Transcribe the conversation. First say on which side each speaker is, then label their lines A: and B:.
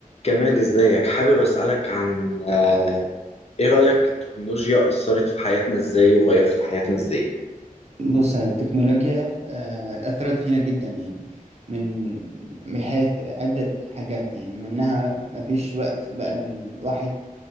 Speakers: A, on the left; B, on the right.
A: كمال ازيك حابب اسألك عن آه، ايه رأيك التكنولوجيا أثرت في حياتنا ازاي وغيرت في حياتنا ازاي
B: بص هي التكنولوجيا آه، أثرت فينا جدا يعني من من حيث عدة حاجات يعني منها مفيش وقت بقى للواحد